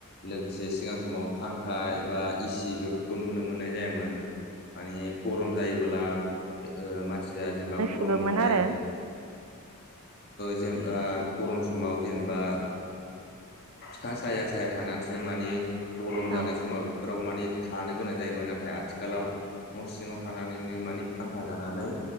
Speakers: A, on the left; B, on the right.
A: लोगोसे सिगां समाव फांखा एबा एसि बेफोरखौ नुनो मोननाय जायामोन मानि गरम जायोबोब्ला ओ मानसिया जेनेबा गरमनिफ्राय
B: गोब्राबमोन आरो
A: जेन गरम समाव जेनेबा फिफां साया साया थानानैसो मानि गरम जानाय
B: औ
A: समाव बेफोर फाव माने थानो गोनां जायोमोन नाथाय आथिखालाव न' सिङाव थानानैनो माने फांखा जानानै